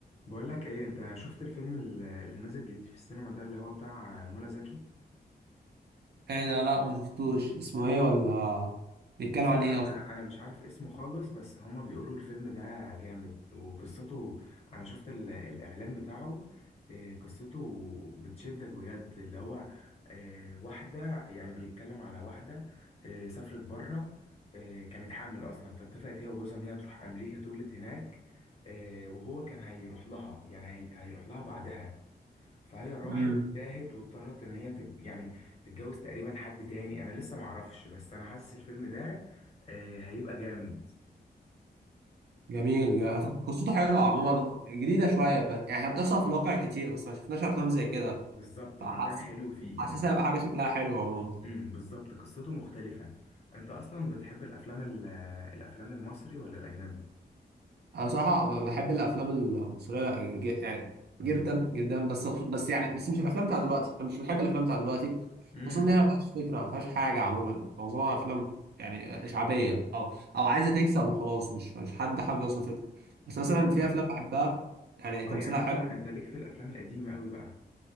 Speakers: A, on the left; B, on the right.
A: بقول لك ايه انت شفت الفيلم ال- اللي نازل جديد في السينما ده اللي هو بتاع منى زكي
B: ايه ده لا ما شفتوش اسمه ايه ولا بيتكلم
A: بص
B: عن
A: انا
B: ايه اصلا
A: انا انا مش عارف اسمه خالص بس هما بيقولوا الفيلم ده جامد وقصته انا شفت ال- الاعلان بتاعه إيه، قصته بتشدك بجد اللي هو إيه، واحدة يعني بيتكلم على واحدة إيه، سافرت بره إيه، كانت حامل اصلا فاتفقت هي وجوزها ان هي تروح امريكا تولد هناك إيه، وهو كان هيروح لها يعني هي- هيروح لها بعدها فهي راحت
B: امم
A: وتاهت واضطرت ان هي تج... يعني تتجوز تقريبا حد تاني انا لسه معرفش بس انا حاسس الفيلم ده آه هيبقى جامد
B: جميل جميل. قصته حلوه عموما جديده شويه بس يعني هي بتحصل في الواقع كتير بس ما شفناش افلام زي كده
A: بالظبط
B: فحاسس
A: ما ده الحلو فيه
B: حاسسها
A: ان قصته
B: هيبقى حاجه شكلها حلو عموما
A: امم بالظبط قصته مختلفة انت اصلا بتحب الافلام ال... الافلام المصري ولا الاجنبي
B: انا صراحه ب- بحب الافلام المصريه ج- يعني جدا جدا بس بس يعني بس مش الافلام بتاع دلوقتي انا مش بحب الافلام بتاع دلوقتي
A: امم
B: خصوصا ان هي ما فيهاش فكره ما فيهاش حاجه عموما معظمها افلام يعني شعبيه او او عايزه تكسب وخلاص مش مش حد حابب يوصل فكره بس مثلا
A: امم
B: في افلام بحبها يعني تمثيلها
A: اه يعني انت
B: حلو
A: انت ليك في الافلام القديمة قوي بقى